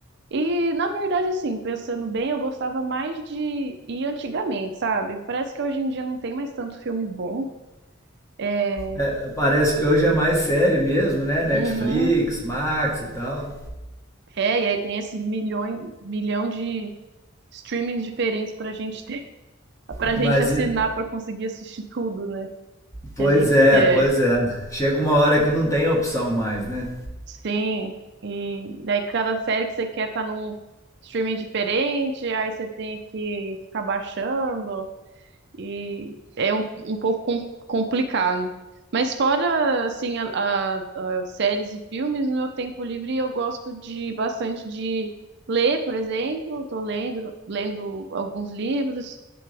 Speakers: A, on the right; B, on the left.
A: E, na verdade, assim, pensando bem, eu gostava mais de ir antigamente, sabe? Parece que hoje em dia não tem mais tanto filme bom. É,
B: É, parece que hoje é mais série mesmo, né?
A: Uhum.
B: Netflix, Max e tal.
A: É, e aí tem esse milhão, milhão de streamings diferentes pra gente ter. pra
B: Mas
A: gente assinar
B: e-
A: pra conseguir assistir tudo, né?
B: Pois
A: Que a gente
B: é,
A: quer.
B: pois é. Chega uma hora que não tem opção mais, né?
A: Sim. E daí cada série que você quer tá num streaming diferente, aí você tem que ficar baixando e é um, um pouco com- complicado. Mas fora assim a, a- a séries e filmes, no meu tempo livre eu gosto de bastante de ler, por exemplo, estou lendo lendo alguns livros.